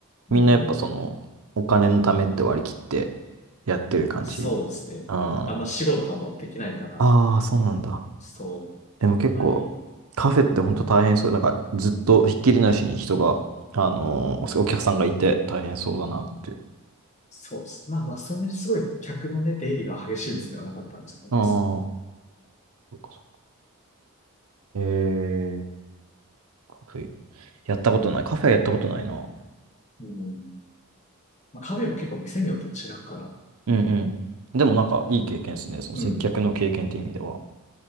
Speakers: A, on the right; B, on the left.
A: みんなやっぱその、
B: うん、
A: お金のためって割り切ってやってる感じ。
B: そうですね。
A: あ
B: あんま仕事とかもできないから、
A: あ、ああ、そうなんだ。
B: そう、
A: でも結構、
B: あんまり、
A: カフェって本当大変そう。
B: うん、
A: なんか、ずっとひっきりなしに人が、あのーおお客さんがいて大変そうだなって。
B: そうです。まあまあ、そんなにすごい客のね、出入りが激しい店ではなかったんですけどね。
A: ああ、
B: そ
A: そうかそう。ええ、カフェ。やったことない。カフェやったことないな。
B: うん、まあ、カフェも結構店によって違うから、
A: うんうん。でもなんかいい経験ですね。その接客の経験って意味では。
B: うん、